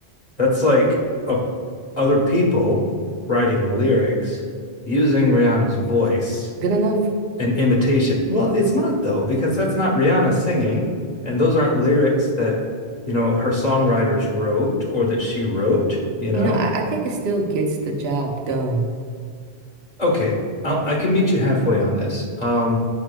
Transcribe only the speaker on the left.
That's like a, other people writing lyrics using Rihanna's voice
and imitation. Well, it's not though, because that's not Rihanna singing, and those aren't lyrics that, you know, her songwriters wrote or that she wrote, you know.
Okay, I'll, I can meet you halfway on this. Um,